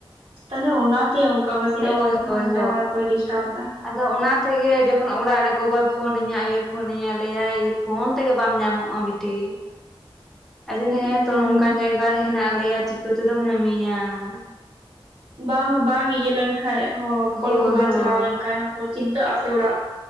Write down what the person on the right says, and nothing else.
ᱛᱟᱦᱞᱮ ᱚᱱᱟᱛᱮ ᱚᱱᱠᱟ ᱯᱟᱥᱮᱡ
ᱴᱟᱣᱟᱨ ᱠᱚᱭ ᱰᱤᱥᱴᱟᱵᱽ ᱮᱫᱟ ᱾
ᱦᱩᱸ
ᱵᱟᱝ ᱵᱟᱝ ᱤᱭᱟᱹ ᱞᱮᱱᱠᱟᱡ ᱦᱚᱸ
ᱠᱚᱞ ᱠᱚ ᱵᱟᱝ
ᱪᱟᱞᱟᱣ ᱞᱮᱱᱠᱷᱟᱡ ᱦᱚᱸᱠᱚ ᱪᱤᱱᱛᱟᱹᱜᱼᱟ ᱥᱮ ᱚᱲᱟᱜᱼᱼ